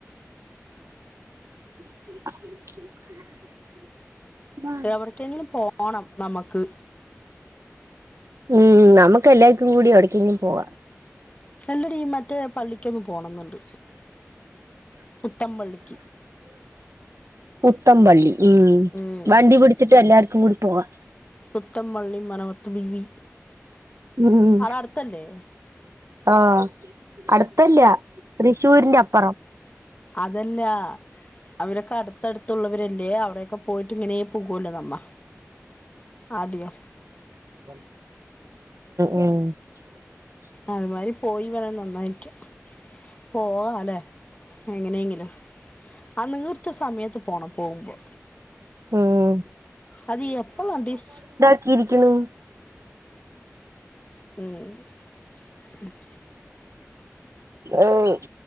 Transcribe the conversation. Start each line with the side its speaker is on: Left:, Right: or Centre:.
Right: അഹ്.
Left: എവടക്കെങ്കിലും പോണം നമ്മക്ക്.
Right: ഉം നമുക്ക് എല്ലാവർക്കും കൂടി എവിടക്കെങ്കിലും പോവാ.
Left: എല്ലടീ മറ്റേ പള്ളിക്കൊന്ന് പോണംന്ന്ണ്ട് പുത്തം പള്ളിക്ക്.
Right: പുത്തംപള്ളി ഉം
Left: ഉം.
Right: വണ്ടി പിടിച്ചിട്ട് എല്ലാർക്കും കൂടി പോവാ.
Left: പുത്തംപള്ളി മനവത്ത് ബീവി
Right: ഉം
Left: അടെ അട്ത്തല്ലേ.
Right: ആഹ് അടുത്തല്ല തൃശ്ശൂരിന്റെ അപ്പറം.
Left: അതല്ല അവരൊക്കെ അടു ത്തടുത്തുള്ളവരല്ലേ അവിടെക്കെ പോയിട്ട് ഇങ്ങനെ പോകൊല്ലോ നമ്മ ആദ്യോ.
Right: ഉം ഉം. <inaudible>
Left: അത്മാരി പോയി വരാം നന്നായിരിക്കും. പോവാലെ എങ്ങനെങ്ങിലും അന്നിർ - റ്റ് സമയത്ത് പോണം പോകുമ്പോ
Right: ഉം
Left: അത് എപ്പള വണ്ടീശ്
Right: ക്കിരിക്കണ്.
Left: ഉം.
Right: ഈഹ്.